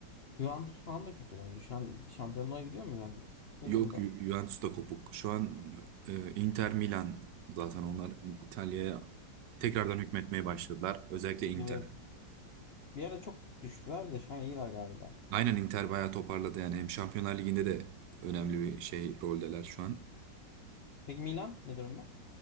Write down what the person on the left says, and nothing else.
Juventus falan da kötü bence. Şu an şampiyonluğa gidiyor mu Juventus? Ne durumda?
Evet. Bir ara çok düştüler de şu an iyiler galiba.
Peki Milan ne durumda?